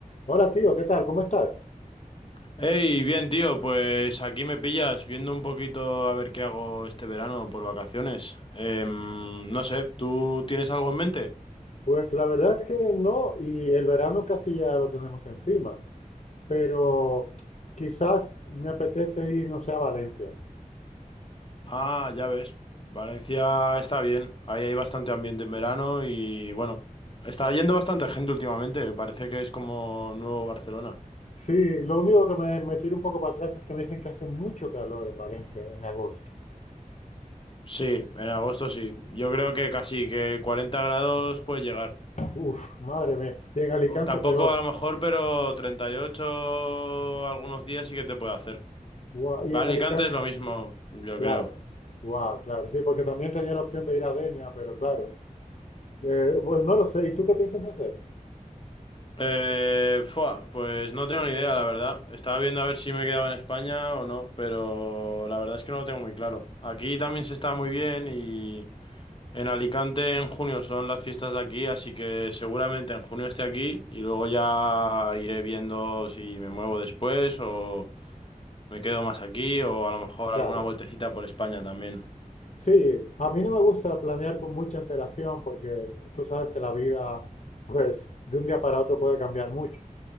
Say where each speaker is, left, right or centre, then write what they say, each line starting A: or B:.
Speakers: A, on the left; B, on the left.
A: Hola tío, ¿qué tal? ¿Cómo estás?
B: Hey, bien tío, pues aquí me pillas viendo un poquito a ver qué hago este verano por vacaciones. Em, no sé, ¿tú tienes algo en mente?
A: Pues la verdad es que no, y el verano casi ya lo tenemos encima, pero quizás me apetece ir, no sé, a Valencia.
B: Ah, ya ves, Valencia está bien, ahí hay bastante ambiente en verano y bueno, está yendo bastante gente últimamente, parece que es como nuevo Barcelona.
A: Sí, lo único que me, me tira un poco para atrás es que me dicen que hace mucho calor en Valencia en agosto.
B: Sí, en agosto sí, yo creo que casi que 40 grados puede llegar.
A: Uf, madre mía. Y en Alicante
B: O Tampoco
A: peor.
B: a lo mejor, pero 38 algunos días sí que te puede hacer.
A: Guau, Y
B: Alicante
A: en Alicante,
B: es lo mismo, yo
A: claro.
B: creo.
A: Guau, claro. Sí, porque también tenía la opción de ir a Denia, pero claro. Eh, pues no lo sé. ¿Y tú qué piensas hacer?
B: Eh, fua, pues no tengo ni idea, la verdad. Estaba viendo a ver si me quedaba en España o no, pero la verdad es que no lo tengo muy claro. Aquí también se está muy bien y en Alicante en junio son las fiestas de aquí, así que seguramente en junio esté aquí y luego ya iré viendo si me muevo después o me quedo más aquí o a lo mejor
A: Claro.
B: alguna vueltecita por España también.
A: Sí, a mí no me gusta planear con mucha antelación porque tú sabes que la vida, pues, de un día para otro puede cambiar mucho.